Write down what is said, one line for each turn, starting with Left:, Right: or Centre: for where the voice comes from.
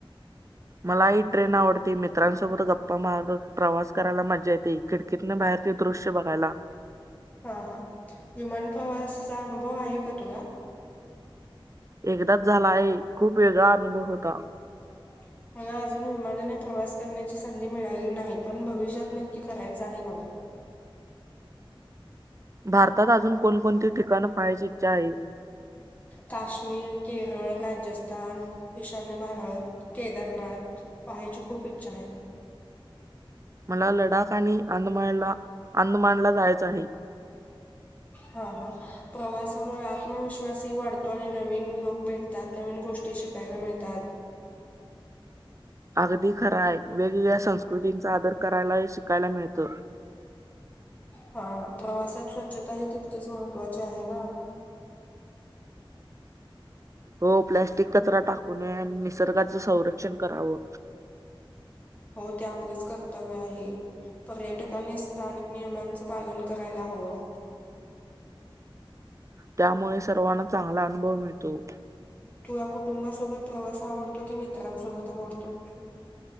Right: मलाही ट्रेन आवडते मी मीत्रांसोबत गप्पा मारत प्रवास करायला मजा येते, खिडकीतन बाहेरचे दृश्य बघायला.
Left: हा हा विमान प्रवासाचा अनुभव आहे का तुला?
Right: एकदाच झाला आहे. खूप वेगळा अनुभव होता.
Left: <unintelligible> मला अजून विमानाने प्रवास करण्याची संधी मिळालेली नाही, पण भविष्यात नक्की करायचं आहे मला.
Right: भारतात अजून कोणकोणती ठिकाणं पाहायची इच्छा आहे?
Left: काश्मीर, केरळ, राजस्थान, ईशान्य भारत. केदारनाथ पहायची खूप इच्छा आहे.
Right: मला लडाख आणि अंदमानला अंदमानला जायचं आहे.
Left: हा हा प्रवासामुळे आत्मविश्वासही वाढ तो आणि नवीन लोक भेटतात नवीन गोष्टी शिकायला मिळतात.
Right: अगदी खरा आहे वेगवेगळ्या संस्कृतींचा आदर करायला ही शिकायला मिळत.
Left: हा प्रवासात स्वच्छता ही तितकीच महत्त्वाची आहे ना.
Right: हो प्लॅस्टिक कचरा टाकू नये आणि निसर्गाचं संरक्षण करावं.
Left: हो ते आपलंच कर्तव्य आहे. पर्यटकांनी स्थानिक नियमांचं पालन करायला हवं.
Right: त्यामुळे सर्वांना चांगला अनुभव मिळतो.
Left: तुला कुटुंबासोबत प्रवास आवडतो कि मित्रांसोबत आवडतो?